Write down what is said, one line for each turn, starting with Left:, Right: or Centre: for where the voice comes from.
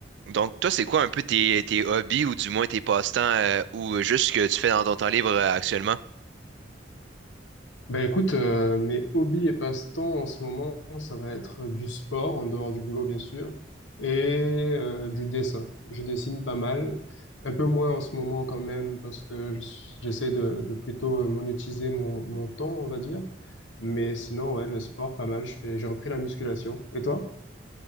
Right: Donc, toi, c'est quoi un peu tes, tes hobbies ou du moins tes passe-temps euh, ou juste ce que tu fais dans ton temps libre euh, actuellement?
Left: Ben écoute, euh, mes hobbies et passe-temps en ce moment, ça va être du sport, en dehors du boulot bien sûr, et euh, du dessin. Je dessine pas mal, un peu moins en ce moment quand même, parce que je- j'essaie de, de plutôt euh, monétiser mon, mon temps, on va dire. Mais sinon, ouais, le sport, pas mal. Je fais, j'ai repris la musculation. Et toi?